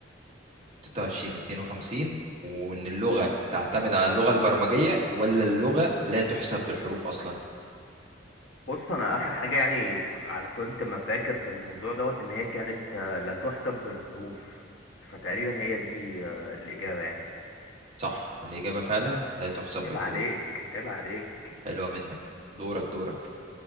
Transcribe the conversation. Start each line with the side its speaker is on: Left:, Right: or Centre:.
Right: 26 و52 وإن اللغة تعتمد على اللغة البرمجية ولا اللغة لا تحسب بالحروف أصلا
Left: بص انا اخر حاجه يعني ك- على كنت ما فاكر في الموضوع دوت ان هي كانت آه، لا تحسب بالحروف فتقريبا هي دي آه، الاجابه يعني
Right: صح الإجابة فعلا لا تحسب بالحروف
Left: عيب عليك عيب عليك
Right: حلوة منك دورك دورك